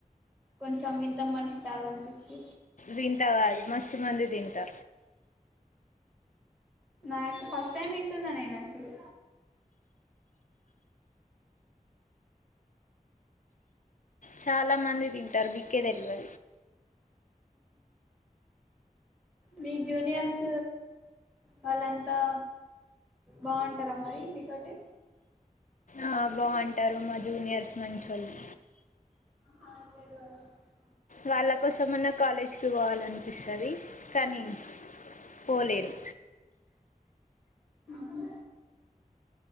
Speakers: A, on the right (about 15°); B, on the left (about 60°).
A: కొంచెం వింత మనిషి తాగా అనిపించి
B: తింటా కాదు మస్తు మంది తింటా
A: నాకు ఫస్ట్ టైమ్ వింటున్నా నేను అసలు
B: చాలా మంది తింటారు బిక్కే తెలియి
A: మీ జూనియర్స్ వాళ్ళంతా బాగుంటారా మరి మీతోటి
B: ఆ బాగుంటారు మా జూనియర్స్ మంచోళ్ళు
A: <unintelligible>
B: వాళ్ళ కోసమన్నా కాలేజ్కి పోవాలనిపిస్తుంది కానీ పోలేను
A: ఆ ఓహా